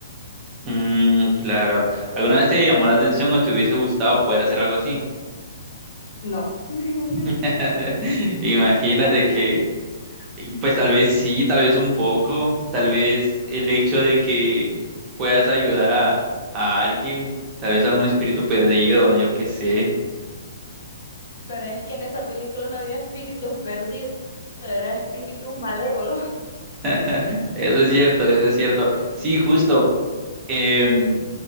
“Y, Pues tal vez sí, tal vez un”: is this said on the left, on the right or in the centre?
Right